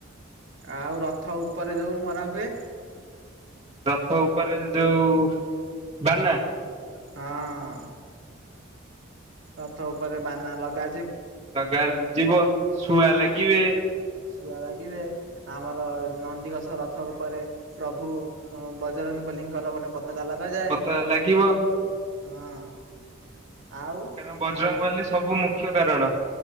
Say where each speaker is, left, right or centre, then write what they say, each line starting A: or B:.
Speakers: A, on the right; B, on the right.
A: ଆଉ ରଥ ଉପରେ ଯେଉଁ ମରା ହୁଏ?
B: ରଥ ଉପରେ ଯୋଉ ବାନା
A: ହଁ। ରଥ ଉପରେ ବାନା ଲଗା
B: ଲଗା ଯିବ ଶୁଆ
A: ହଁ
B: ଲାଗିବେ
A: ଶୁଆ ଲାଗିବେ ଆମର ନନ୍ଦିଘୋଷ ରଥ ଉପରେ ପ୍ରଭୁ ବଜରଙ୍ଗ ବଲିଙ୍କର ଗୋଟେ ପ ପତକା ଲାଗ ଯାଏ
B: ପତଳା ଲାଗିବ
A: ହଁ। ଆଉ
B: କାରଣ ବଜରଙ୍ଗବାଲି
A: ଆଉ
B: ସବୁ ମୁ ମୁଖ୍ୟ କାରଣ।